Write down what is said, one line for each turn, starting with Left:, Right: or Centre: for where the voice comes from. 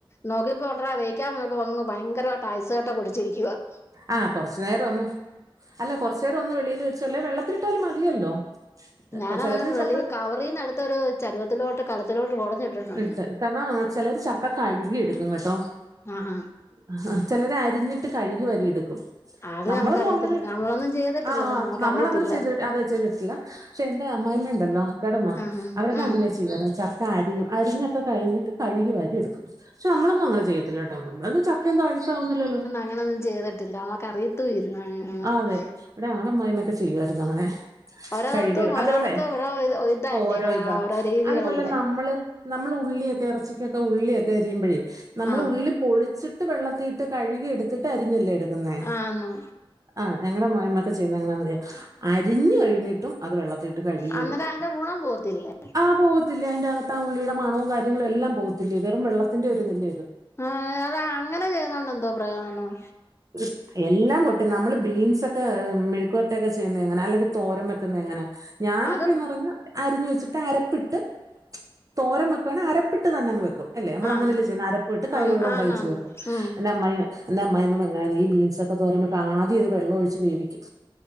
Left: നോക്കിപ്പോണ്ട വേവിക്കാൻ നോക്കിയപ്പോൾ ഭയങ്കരമായിട്ട് ഐസിങ് കട്ട പിടിച്ചിരിക്കുകയാണ്
Right: ആഹ കൊറച്ചു നേരം ഒന്ന് അല്ല കൊറച്ചു നേരം ഒന്ന് വെളിൽ വെച്ചല്ലേ വെള്ളത്തിട്ടാലും മതിയല്ലോ <inaudible>
Left: ഞാനൻ
Right: ചിലര്
Left: വെള്ളി
Right: ചക്ക
Left: കവർന്ന അടുത്ത ഒരു ചരുവത്തിലോട്ട് കലത്തിലോട്ട് കുടഞ്ഞിട്ടിട്ടണ്ട്
Right: ഇട്ട് കാരണം ചിലർ ചക്ക കഴുകി എടുക്കും കേട്ടോ
Left: ആഹഹ
Right: ആ ചിലരെ അരിഞ്ഞിട്ട് കഴുകി വരിയെടുക്കും
Left: അത്
Right: നമ്മളൊന്നും
Left: നമുക്കറിയത്തില്ല
Right: അങ്ങനെ
Left: നമ്മളൊന്നും ചെയ്തിട്ടില്ലല്ലോ
Right: ആ്
Left: നമ്മക്കറിയത്തില്ല
Right: നമ്മളങ്ങനെ ചെയ്തി അതെ ചെയ്തിട്ടില്ല പക്ഷെ എന്റെ അമ്മായിമ്മണ്ടല്ലോ കടമ്മ
Left: ആഹാ
Right: അവരക്കെ
Left: ഉം
Right: അങ്ങനെയാ ചെയ്യാറ ചക്ക അരിയും അരിഞ്ഞൊക്കെ കഴിഞ്ഞിട്ട് കഴുകി വാരി എടുക്കും പക്ഷ നമ്മളൊന്നും അങ്ങന ചെയത്തില്ല ട്ടോ നമ്മളന്നും ചക്കയിലെ അഴുക്കാവുന്നില്ലല്ലോ
Left: അങ്ങനന്നും ചെയ്തിട്ടില്ല നമ്മക്ക് അറിയത്ത <unintelligible>
Right: ആഹ് അതെ ഇവിടെ ഞങ്ങടെ അമ്മായിയമ്മഒക്കെ ചെയ്യുവായിരുന്നു അങ്ങനെ
Left: ഓരോടത്തും
Right: കഴുകിട് അതേപോലെ
Left: ഓരോടത്തും ഓരോ ഇത് ഇതല്ലേ
Right: ഓരോ ഇതാ
Left: ഓരോ രീതികളല്ലേ
Right: അതുപോലെ നമ്മള് നമ്മൾ ഉള്ളിയൊക്കെ ഇറച്ചിക്കൊക്കെ ഉള്ളിയൊക്കെ അരിയുമ്പോഴേ നമ്മള്
Left: ആ
Right: ഉള്ളി പൊളിച്ചിട്ട് വെള്ളത്തിലിട്ട് കഴുകി എടുത്തിട്ട് അരിഞ്ഞല്ലേ എടുക്കുന്നേ
Left: ആന്നു
Right: ആഹ് ഞങ്ങളെ അമ്മായിഅമ്മക്കെ ചെയ്യുന്ന എങ്ങനെന്നറിയോ അരിഞ്ഞു കഴിഞ്ഞിട്ടും അത് വെള്ളത്തി ഇട്ട് കഴുകി
Left: അന്നേരം
Right: എടുക്കും
Left: അതിന്റെ ഗുണം പോവത്തില്ലേ
Right: ആഹ് പോവത്തില്ലേ അയിന്റെ അകത്ത് ആ ഉള്ളിയുടെ മണവും കാര്യങ്ങളും എല്ലാം പോകത്തില്ലെ വെറും വെള്ളത്തിന്റെ ഒരുതല്ലെ വരു
Left: ആഹ് അതാ അങ്ങനെ ചെയ്തോണ്ട എന്തോ പ്രയോജനം
Right: <unintelligible> എല്ലാം പോട്ടെ നമ്മള് ബീൻസൊ ക്കെ മെഴുക്കിവരട്ടയൊക്കെ ചെയ്യുന്ന എങ്ങനെ അല്ലെങ്കിൽ തോരം വെക്കുന്ന എങ്ങനാ ഞാനൊക്കെ
Left: അതും
Right: എന്ന് പറഞ്ഞ അരിഞ്ഞു വെച്ചിട്ട് അരപ്പിട്ട് തോരം വെക്കണ അരപ്പിട്ട് തന്നെ അങ്ങ് വെക്കും അല്ലെ നമ്മള്
Left: ആഹ്
Right: അങ്ങനെഅല്ലെ ചെയ്യാ അരപ്പട്ട് കൈ
Left: ആന്ന്
Right: വെള്ളം
Left: ആന്ന്
Right: തളിച്ച്
Left: ആന്ന്
Right: വെക്കുംഎൻ്റെ
Left: ഉം
Right: അമ്മായി എന്റെ അമ്മാ യി യിമ്മ എങ്ങനെന്നൊ ഈ ബീൻസൊക്കെ ക്കെ തോരം വെക്ക ആദ്യംഅത് വെള്ളം ഒഴിച്ച് വേവിക്കും